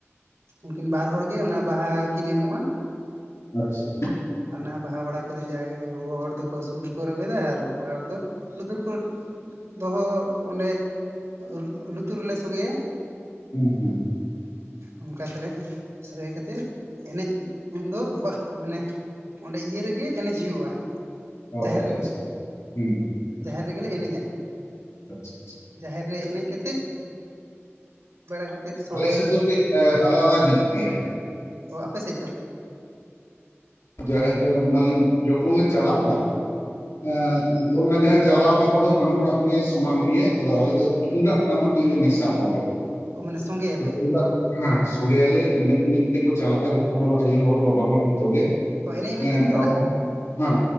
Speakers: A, on the right; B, on the left.
A: ᱩᱱᱠᱤᱱ ᱵᱟᱨ ᱦᱚᱲ ᱜᱮ ᱚᱱᱟᱼᱼ ᱟᱠᱤᱱ ᱮᱢᱚᱜᱼᱟ
B: ᱟᱪᱪᱷᱟ
A: ᱚᱱᱟ ᱵᱟᱦᱟ ᱵᱟᱲᱟ ᱠᱟᱛᱮ ᱡᱟᱜᱮ ᱜᱚᱜᱚ ᱦᱚᱲ ᱠᱚᱫᱚ ᱥᱩᱫᱽ ᱨᱮᱠᱚ ᱨᱮᱵᱮᱫᱟ ᱟᱨᱼᱼ <unintelligible> ᱦᱚᱲ ᱫᱚ ᱞᱩᱛᱩᱨ ᱠᱚᱨᱮ ᱫᱚᱦᱚ ᱚᱸᱰᱮ ᱚᱨ ᱞᱩᱛᱩᱨ ᱨᱮᱞᱮ ᱥᱚᱜᱮᱭᱟ
B: ᱦᱩᱸ ᱦᱩᱸ
A: ᱚᱱᱠᱟ ᱛᱮᱞᱮ <unintelligible> ᱠᱟᱛᱮ ᱪᱮᱫ ᱮᱱᱮᱡ ᱩᱱᱫᱚ ᱵᱟ ᱢᱟᱱᱮ ᱚᱸᱰᱮ ᱤᱭᱟᱹ ᱨᱮᱜᱮ ᱮᱱᱮᱡ ᱦᱩᱭᱩᱜᱼᱟ
B: ᱚ
A: ᱡᱟᱦᱮᱨ ᱨᱮᱜᱮ,
B: ᱟᱪᱪᱷᱟ ᱦᱩᱸ
A: ᱡᱟᱦᱮᱨ ᱨᱮᱜᱮ ᱞᱮ ᱮᱱᱮᱡᱟ
B: ᱟᱪᱪᱷᱟ ᱟᱪᱪᱷᱟ
A: ᱡᱟᱦᱮᱨ ᱨᱮ ᱮᱱᱮᱡ ᱠᱟᱛᱮᱼᱼ ᱠᱟᱛᱮᱫ ᱥᱚᱲᱮ
B: ᱟᱞᱮ ᱥᱮᱪ ᱫᱚ ᱠᱟᱹᱪ ᱮᱸ ᱟᱞᱟᱫᱟ ᱧᱚᱜ ᱜᱮᱭᱟ
A: ᱚᱻ ᱟᱯᱮ ᱥᱮᱪ ᱫᱚ
B: ᱡᱟᱦᱟᱸᱱᱟᱜ ᱜᱮ ᱢᱟᱱᱮ ᱡᱚᱠᱷᱚᱱ ᱞᱮ ᱪᱟᱞᱟᱜᱼᱟ ᱦᱮᱸ ᱚᱱᱟᱜᱮ ᱪᱟᱞᱟᱣ ᱠᱟᱛᱷᱟ ᱫᱚ ᱵᱟᱱᱟ ᱦᱚᱲᱟᱜ ᱜᱮ ᱥᱚᱢᱟᱱ ᱜᱮᱭᱟ ᱟᱫᱚ ᱟᱞᱮ ᱫᱚᱼᱼ ᱛᱩᱢᱫᱟᱜ ᱛᱟᱢᱟᱠ ᱞᱮ ᱢᱮᱥᱟᱣᱟᱜᱼᱟ ᱚᱸᱰᱮ ᱫᱚ
A: ᱚ ᱢᱟᱱᱮ ᱥᱚᱸᱜᱮᱭᱟᱯᱮ
B: ᱥᱮ ᱛᱩᱸᱢᱼᱼ ᱦᱮᱸ ᱥᱚᱸᱜᱮᱭᱟᱞᱮ ᱮᱱᱮᱡᱽ ᱮᱱᱮᱡᱽ ᱛᱮᱠᱚ ᱪᱟᱞᱟᱜᱼᱟ ᱡᱚᱛᱚ ᱦᱚᱲ ᱟᱭᱳ ᱦᱚᱲ, ᱵᱟᱵᱟ ᱦᱚᱲ, ᱡᱚᱛᱚ ᱜᱮ
A: ᱚ ᱮᱱᱮᱡ ᱮᱱᱮᱡ
B: ᱦᱮᱸ
A: ᱛᱮᱠᱚ
B: ᱵᱟᱵᱟ
A: ᱪᱟᱞᱟᱜᱼᱟ
B: ᱦᱚᱲ ᱦᱮᱸ